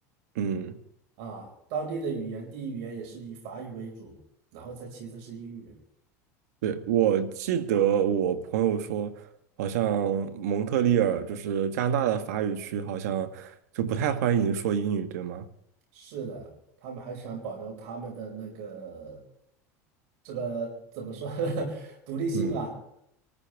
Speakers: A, on the right (about 85°); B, on the right (about 70°).
A: 嗯，
B: 啊，当地的语言第一语言也是以法语为主，然后再其次是英语。
A: 对，我记得我朋友说，好像蒙特利尔就是加拿大的法语区，好像就不太欢迎说英语，对吗？
B: 是的，他们还想保留他们的那个这个怎么说 <laughs> 独立性吧。
A: 嗯。